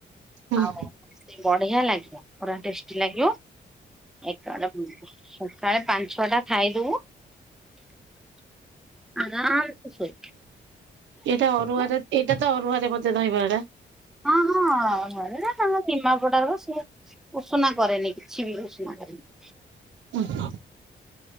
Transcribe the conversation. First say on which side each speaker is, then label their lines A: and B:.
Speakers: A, on the right (about 80°); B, in the centre.
A: ହୁଁ
B: ଆଉ ବଢିଆ ଲାଗିବ ପୁରା। ଟେଷ୍ଟି ଲାଗିବ ଏକ ସକାଳେ ପାଞ୍ଚ ଛଅ ଟା ଖାଇଦଉ ଆରାମ ସ
A: ଏଇଟା ଅରୁଆରେ ଏଇଟା ତ ଅରୁଆରେ ମଧ୍ୟେ ରହିବ ଏଟା
B: ହଁ ହଁରେ ନା ତାଙ୍କ ନିମାପଡାର ସଏ ଉଷୁନା କରନି କିଛି ବି ଉଷଣା କରନି।
A: <unintelligible>